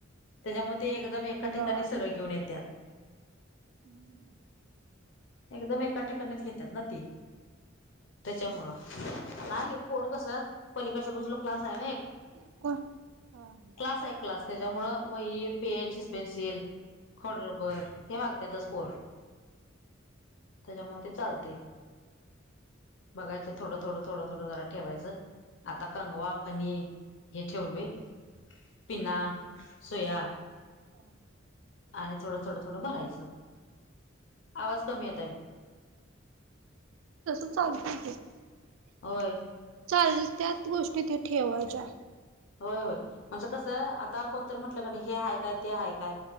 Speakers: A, on the left; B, on the right.
A: त्याच्यामुळे
B: होय.
A: ते एकदम
B: इथं
A: एका ठिकाणी
B: जावा
A: सगळे
B: तिथं
A: घेऊन
B: जावा.
A: येतात.
B: हम्म.
A: एकदम एका ठिकाणीच घेतात ना ती. त्याच्यामुळं
B: होय.
A: नाही गे पोरं कसं
B: होय.
A: पलीकडच्या बाजूला क्लास आहे ना एक
B: ह
A: क्लास आहे क्लास त्याच्यामुळ वही, पेन, शिस्पेन्सिल पेन्सिल खोडरबर हे मागत्यातच पोर त्याच्यामुळे ते चालते. बघायचं थोडं, थोडं, थोडं, थोडं जरा ठेवायंच. आता कंगवा, फणी हे ठेवलोय पिना, सुया
B: हो.
A: आणि थोडं-थोडं -थोडं भरायचं. आवाज कमी येताय.
B: तसं चालतंय की
A: होय
B: चालत्यात गोष्टी त्या ठेवायच्या.
A: होय होय म्हणजे कसं आता कोणतर म्हटलं की नाही, हे आहे काय, ते हाय काय?